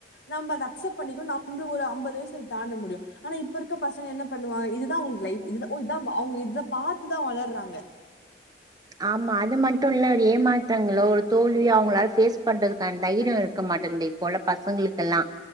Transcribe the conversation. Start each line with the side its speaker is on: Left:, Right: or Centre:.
Left: நம்ப அத அக்செப்ட் பண்ணிக்கணோ நம்புளு ஒரு ஐம்பது வய்சு தாண்ட முடியு ஆனா இப்ப இருக்க பசங்க என்ன பண்ணுவாங்க இதுதா அவுங்ளுக்கு லைஃப் இதுதா ஓ இதா அவுங் இத பாத்துதா வளர்றாங்க
Right: ஆமா அது மட்டுல்ல ஏமாற்றங்களோ ஒரு தோல்விய அவுங்ளால ஃபேஸ் பண்றதுக்கான தைரியு இருக்க மாட்டன்து இப் போல பசங்களுக்கெல்லா